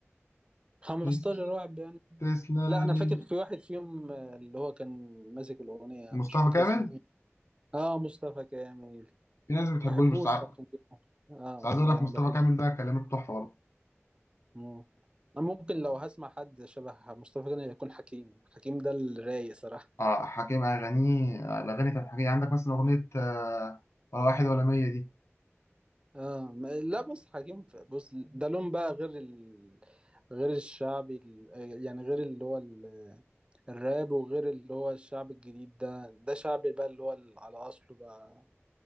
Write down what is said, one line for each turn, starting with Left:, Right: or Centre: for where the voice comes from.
Right: 15
Left: تس-
Right: واحد يعني
Left: تسلمي
Right: لا انا فاكر في واحد فيهم آه، اللي هو كان ماسك الاغنيه
Left: مصطفى
Right: مش فاكر
Left: كامل
Right: اسمه ايه اه مصطفى كامل
Left: في ناس ما بتحبوش
Right: ما بحبوش
Left: بس عا-
Right: عشان كده اه
Left: بس عايز أقول
Right: اه لا
Left: لك
Right: انا
Left: مصطفى
Right: بحبه
Left: كامل ده كلمات تحفة
Right: مم. انا ممكن لو هسمع حد شبه مصطفى غني يكون حكيم حكيم ده الرايق صراحة
Left: اه حكيم اغانيه الاغاني بتاعت حكيم عندك مثلا اغنيه آه، ولا واحد ولا مية دي
Right: اه ما لا بص حكيم ف- بص ده لون بقى غير ال... غير الشعبي ال... يعني غير اللي هو ال... الراب وغير اللي هو الشعب الجديد ده ده شعبي بقى اللي هو ال- على اصله بقى